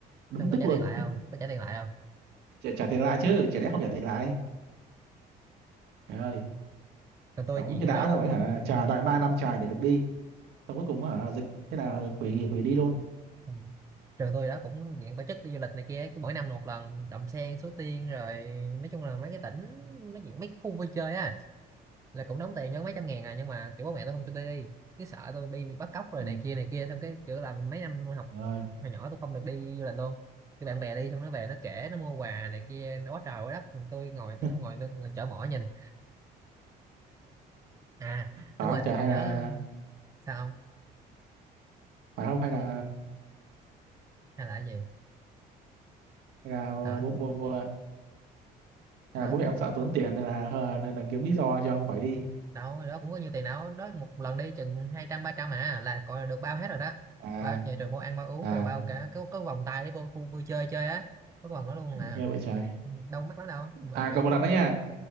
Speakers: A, on the right; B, on the right.
A: Đúng
B: xong có
A: tức
B: trả
A: luôn.
B: tiền lại không có trả tiền lại không
A: Trả, trả tiền lại chứ, chả lẽ không trả tiền lại. Trời ơi,
B: trường tôi
A: đóng
B: chuyện
A: cho
B: ngày
A: đã
B: đó
A: rồi
B: cũng
A: hả,
B: ừ,
A: trả đại ma năm trời để được đi. Xong cuối cùng hả dịch thế là hủy hủy đi luôn.
B: ừ. trường tôi đó cũng diện tổ chức đi du lịch này kia cứ mỗi năm một lần Đầm Sen Suối Tiên rồi nói chung là mấy cái tỉnh nó diện mấy cái khu vui chơi á là cũng đóng tiền nhớ mấy trăm ngàn à nhưng mà kiểu bố mẹ tôi không cho tôi đi cứ sợ tôi bị, bị bắt cóc rồi
A: Ừ,
B: này kia này kia xong cái kiểu là mấy năm học
A: trời ơi.
B: hồi nhỏ tôi không được đi du lịch luôn cái bạn bè đi xong nó về nó kể nó mua quà này kia nó quá trời quá đất Còn tôi ngồi
A: <laughs>
B: tôi ngồi, tôi ngồi chở mỏ nhìn à
A: Phải
B: đúng
A: không
B: rồi
A: trời
B: tôi còn
A: hay
B: nhớ
A: là
B: sao
A: phải không hay
B: không
A: là
B: Không, hay là cái gì
A: hay là à,
B: hả
A: bộ, bộ, bộ, à,
B: hả
A: bố mẹ ông sợ tốn tiền nên là hờ, nên là kiếm lý do cho ông khỏi đi
B: đâu hồi đó cũng có nhiều tiền đâu đó một lần đi chừng hai trăm ba trăm à là gọi là được bao hết rồi đó
A: à
B: bao nhà trường vô ăn bao uống
A: à
B: rồi bao cả cái cái vòng tay để vô khu vui chơi chơi á có cái vòng đó luôn
A: nghe
B: à
A: vậy trái
B: đâu mắc lắm đâu mà
A: à
B: kiểu
A: còn một lần nữa nha